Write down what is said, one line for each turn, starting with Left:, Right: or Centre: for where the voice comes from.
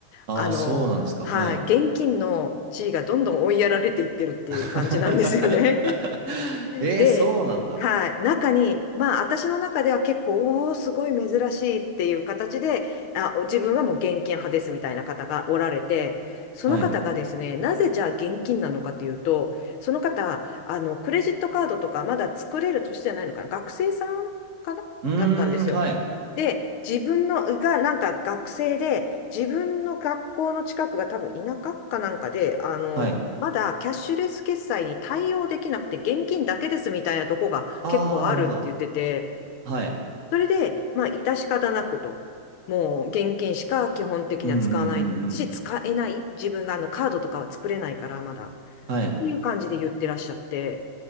Right: ああ、
Left: あの、
Right: そうなんですか。
Left: はい、
Right: はい。
Left: 現金の地位がどんどん追いやられていってるっていう感じなんですよね。
Right: <laughs> えー、
Left: で、
Right: そうなんだ。
Left: はい、中に、まあ、私の中では結構、おお、すごい珍しいっていう形で、あ、自分はもう現金派ですみたいな方がおられて、その方がですね、
Right: はい。
Left: なぜじゃあ現金なのかというと、その方、あの、クレジットカードとかまだ作れる年じゃないのかな、学生さんかなだったんですよ。
Right: うーん、はい。
Left: で、自分のがなんか学生で、自分の学校の近くが多分田舎かなんかで、あの、
Right: はい。
Left: まだキャッシュレス決済に対応できなくて現金だけですみたいなとこが結構あるって言ってて、
Right: ああ、なるほど。はい。
Left: それで、まあ、致し方なくと。もう現金しか基本的には使わないし、
Right: うんうんうんうん。
Left: 使えない。自分があのカードとかは作れないからまだ。っ
Right: はい。
Left: ていう感じで言ってらっしゃって、